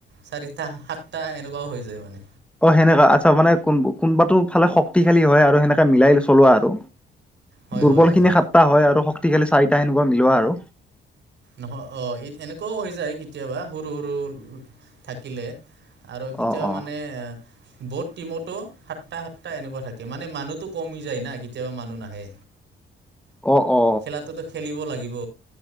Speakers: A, on the right; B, in the centre.
A: চাৰিটা সাতটা এনেকুৱাও হৈ যায় মানে
B: অ', সেনেকা আচ্ছা মানে কোন কোনোবাটো ফালে শক্তিশালী হয় আৰু সেনেকা মিলাই চলোৱা আৰু
A: হয়
B: দুৰ্বল
A: হয় হয়
B: খিনি সাতটা হয় আৰু শক্তিশালী চাৰিটা সেনেকুৱা মিলোৱা আৰু
A: নহয় অ', এনেকুৱাও হৈ যায় কেতিয়াবা সৰু-সৰু থাকিলে আৰু কেতিয়াও
B: অ অ
A: মানে বহুত টিমতো সাতটা-সাতটা এনেকুৱা থাকে মানে মানুহতো কমি যায় না কেতিয়াবা মানুহ নাহে
B: অ অ
A: খেলাটোতো খেলিব লাগিব।